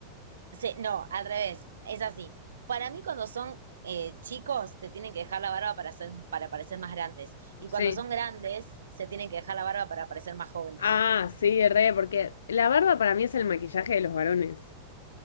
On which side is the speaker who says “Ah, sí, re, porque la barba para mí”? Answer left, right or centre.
Left